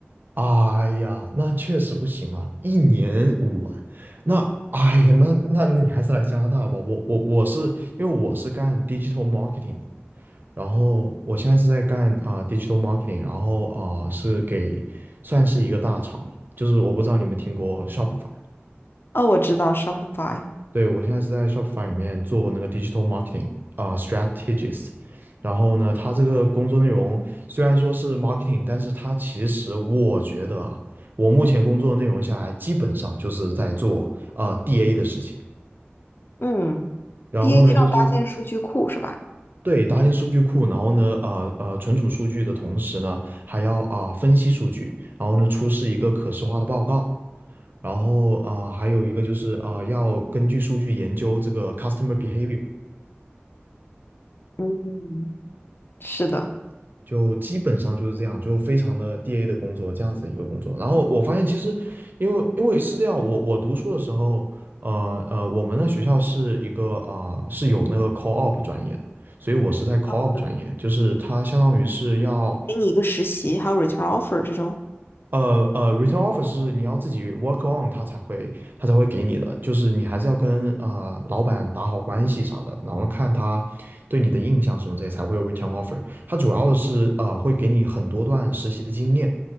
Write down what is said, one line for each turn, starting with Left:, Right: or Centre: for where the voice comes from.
Right: 哎呀，那确实不行啊，一年五万，那哎呀，那那你还是来加拿大吧。我我我是因为我是干 digital marketing 的，然后我现在是在干啊、digital marketing，然后啊、是给算是一个大厂吧，就是我不知道你们听过 Shopify，
Left: 哦，我知道 Shopify，
Right: 对，我现在是在 Shopify 里面做那个 digital marketing 啊、strategist，然后呢，他这个工作内容虽然说是 marketing，但是他其实我觉得啊，我目前工作内容下来基本上就是在做啊、DA 的事情，
Left: 嗯
Right: 然后呢就是。
Left: ，DA l 搭建数据库是吧？
Right: 对，搭建数据库，然后呢，呃呃，存储数据的同时呢，还要啊、分析数据，然后呢，出示一个可视化的报告，然后啊、还有一个就是啊、要根据数据研究这个 customer behavior，
Left: 嗯，是的，
Right: 就基本上就是这样，就非常的 DA 的工作，这样子一个工作。然后我发现其实，因为因为是这样，我我读书的时候，呃呃，我们的学校是一个啊、是有那个 c a l l u p 专业的，所以我是在 c
Left: 哦，
Right: a l l u p
Left: 对。
Right: 专业，就是它相当于是要。
Left: 给你一个实习，还有 return offer 这种。
Right: 呃呃，return offer 是你要自己 work on 他才会他才会给你的，就是你还是要跟呃老板打好关系啥的，然后看他对你的印象什么这类才会有 return offer。他主要的是呃会给你很多段实习的经验，